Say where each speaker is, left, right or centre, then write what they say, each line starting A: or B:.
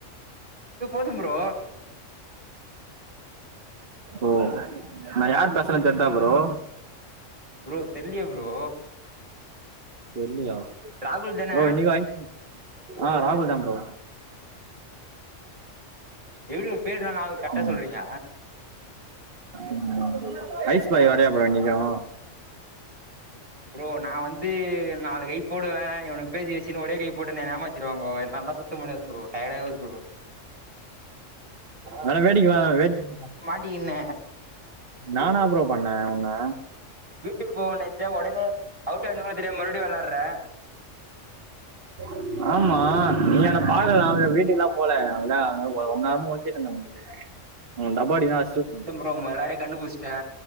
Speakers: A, on the right; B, on the right.
A: ஆமா ப்ரோ
B: ஓ நா யார் பேசுறேன்னு தெர்தா ப்ரோ
A: ப்ரோ தெர்லயே ப்ரோ
B: தெர்லியா
A: ராகுல் தான
B: ப்ரோ இன்னிக்கோ ஐஸ் க்ரீம் ஆ ராஹுல்தா ப்ரோ
A: எப்புடி ப்ரோ பேர்ல ஞாபகோ கர்ட்டா
B: ம்
A: சொல்றீங்க
B: ம் ஐஸ் பாய் வரயா ப்ரோ இன்னிக்கோ
A: ப்ரோ நா வந்து நாலு கை போடுவே இவுனுங்க பேசி வெச்சுன்னு ஒரே கை போட்டுனு என்ன ஏமாத்திடுவாங்கோ என்னால சுத் த முடியாது‌‌ ப்ரோ டயடா இருக்கு‌ ப்ரோ
B: வேன்னா வேடிக்க வா வேடிக்க <inaudible>
A: எப்டி என்ன
B: நா ன்னா ஃப்ரோ பண்ணே உன்ன
A: வீட்டுக்கு போவேனு நென்ச்ச ஒடனே அவுட் ஆனதுகூட தெரியாம மறுபடியு வெள்ளாட்ற
B: என்ன ஆமா நீயென்ன பாக்கல அவள வீட்டுக்குலா போல அவள அங்க ரொம்ப நேரமு ஒள்ஞ்சினுந்த உங் உன்‌ன டப்பா அடிக்னோனா அஸ்ட்ருப்ப
A: அப்பறோ உங்க எல்லாரயோ கண்டுபுச்ட்டே